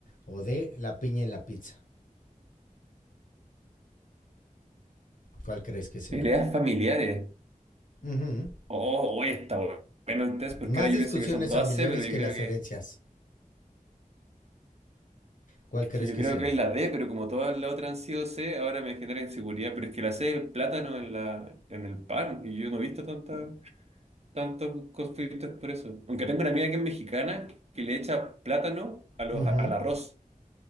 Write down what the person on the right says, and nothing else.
Peleas familiares.
Oh, oye, está bu- bueno el test,
porque ahora
yo pienso que son todas
C, pero yo
creo
que.
Es
que yo
creo
que es la D, pero como todas las otras han sido C, ahora me genera inseguridad. Pero es que la C es el plátano en la, en el pan, y yo no he visto tanta, tantos conflictos por eso. Aunque tengo una amiga que es mexicana que le echa plátano a los,
al arroz,